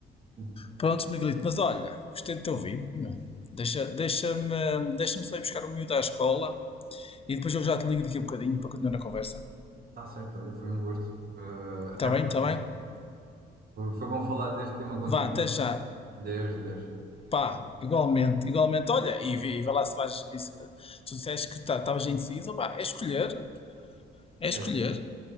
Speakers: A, on the right (about 50°); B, on the left (about 30°).
A: sim.
B: Prontos, Miguelito, mas olha, gostei de te ouvir, meu. Deixa, deixa-me, deixa-me só ir buscar o miúdo à escola e depois eu já te ligo daqui a um bocadinho para continuar a conversa.
A: Está certo, olha, foi um gosto. Eh,
B: Está
A: até à
B: bem?
A: próxima.
B: Está bem?
A: Foi bom falar deste tema contigo.
B: Vá, até já.
A: Deus, Deus.
B: Pá, igualmente, igualmente. Olha, e, e vai lá se vais. e se- tu disseste que tá, estavas indeciso, pá, é escolher. É escolher.
A: É,